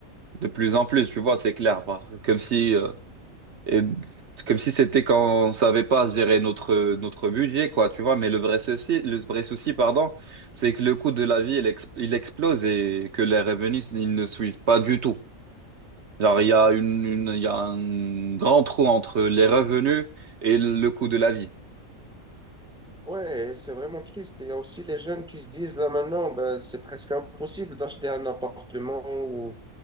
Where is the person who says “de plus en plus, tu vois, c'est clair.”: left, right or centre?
Right